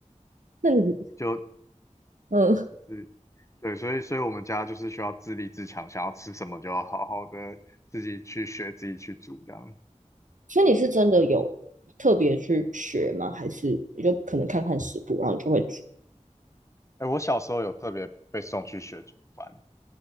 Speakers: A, on the right; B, on the left.
A: 那你
B: 就
A: 嗯，
B: 对对，所以所以我们家就是需要自立自强，想要吃什么就要好好的自己去学，自己去煮这样。
A: 所以你是真的有特别去学吗？还是你就可能看看食谱，然后你就会煮？
B: 哎，我小时候有特别被送去学煮饭。